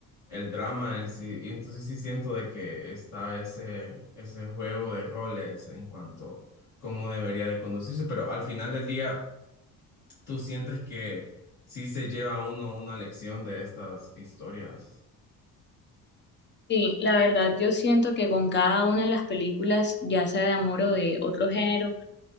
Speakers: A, on the left; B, on the left.
A: el drama en sí. Y Entonces sí siento de que está ese, ese juego de roles en cuanto cómo debería de conducirse, pero al final del día, ¿tú sientes que sí se lleva uno una lección de estas historias?
B: Sí, la verdad, yo siento que con cada una de las películas, ya sea de amor o de otro género,